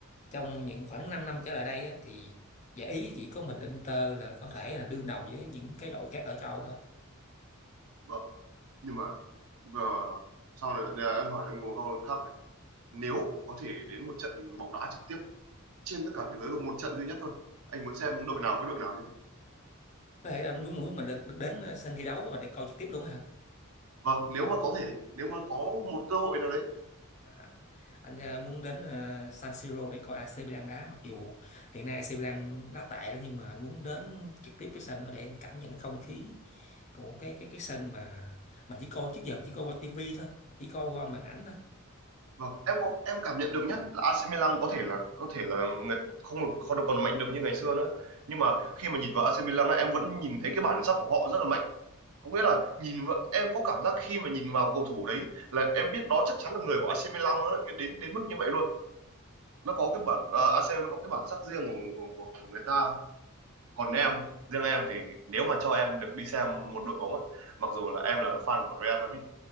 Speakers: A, on the left; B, on the right.
A: trong những khoảng 5 năm trở lại đây á, thì giải ý chỉ có mình Inter là có thể là đương đầu với những cái đội khác ở châu Âu thôi
B: vâng, nhưng mà ờ, sau này đây là em hỏi anh một câu khác này nếu có thể đến một trận bóng đá trực tiếp trên tất cả thế giới được một trận duy nhất thôi anh muốn xem đội nào với đội nào nhé
A: có thể là muốn muốn mình được, được đến ờ, sân thi đấu mà để coi trực tiếp luôn á hả
B: vâng nếu mà có thể nếu mà có một cơ hội nào đấy
A: à, anh ờ, muốn đến ờ, San Siro để coi AC Milan đá mặc dù hiện nay AC Milan đá tệ đó nhưng mà anh muốn đến trực tiếp cái sân đó để anh cảm nhận cái không khí của cái cái cái sân mà mình chỉ coi trước giờ mình chỉ coi qua tivi thôi chỉ coi qua màn ảnh thôi
B: Vâng, em có em cảm nhận được nhé là AC Milan có thể là có thể là người không được không được còn mạnh được như ngày xưa nữa. Nhưng mà khi mà nhìn vào AC Milan á em vẫn nhìn thấy cái bản sắc của họ rất là mạnh. Có nghĩa là nhìn vào, em có cảm giác khi mà nhìn vào cầu thủ đấy là em biết đó chắc chắn là người của AC Milan nó lại cái- đến đến mức như vậy luôn. Nó có cái bản à, AC nó có cái bản sắc riêng của, của của của người ta. Còn em, riêng em thì nếu mà cho em được đi xem một đội bóng á mặc dù là em là fan của Real Madrid